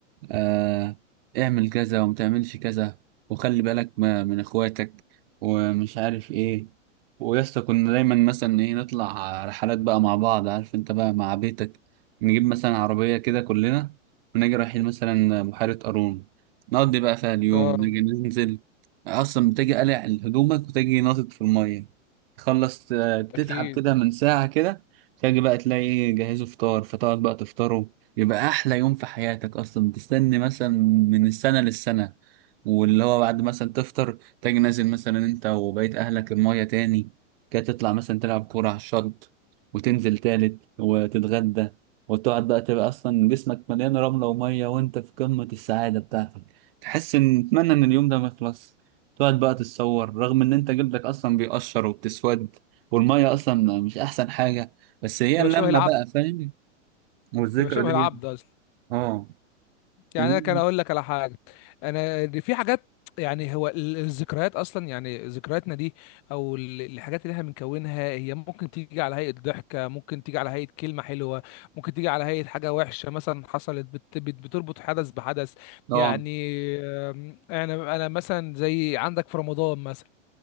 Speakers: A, on the right (about 50°); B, on the left (about 35°).
A: آه اعمل كذا وما تعملش كذا وخلي بالك ما من اخواتك ومش عارف ايه ويسطا كنا دايما مثلا ايه نطلع رحلات بقى مع بعض عارف انت بقى مع بيتك نجيب مثلا عربية كده كلنا ونجي رايحين مثلا بحيرة قارون نقضي بقى فيها اليوم
B: اه
A: نجي ننزل اصلا بتجي قلع هدومك وتجي ناطط في المية تخلص آه، تتعب
B: اكيد
A: كده من ساعة كده تجي بقى تلاقي إيه، جهزوا فطار فتقعد بقى تفطروا يبقى احلى يوم في حياتك اصلا تستنى مثلا من السنه للسنه واللي هو بعد مثلا تفطر تاجي نازل مثلا انت وبقيت اهلك المايه تاني كده تطلع مثلا تلعب كوره على الشط وتنزل تالت وتتغدى وتقعد بقى تبقى اصلا جسمك مليان رمله وميه وانت في قمه السعاده بتاعتك تحس ان تتمنى ان اليوم ده ما يخلص تقعد بقى تتصور رغم ان انت جلدك اصلا بيقشر وبتسود والميه اصلا مش احسن حاجه بس هي
B: تبقى
A: اللمه
B: شبه العبد
A: بقى فاهم والذكرى
B: تبقى شبه العبد
A: دي
B: اصلا
A: اه
B: يعني
A: ال-
B: انا كان اقول لك على حاجه انا دي في حاجات يعني هو ال- الذكريات اصلا يعني ذكرياتنا دي او ال- الحاجات اللي احنا بنكونها هي ممكن تيجي على هيئه ضحكه ممكن تيجي على هيئه كلمه حلوه ممكن تيجي على هيئه حاجه وحشه مثلا حصلت بت بت بتربط حدث بحدث
A: اه
B: يعني آم، انا انا مثلا زي عندك في رمضان مثلا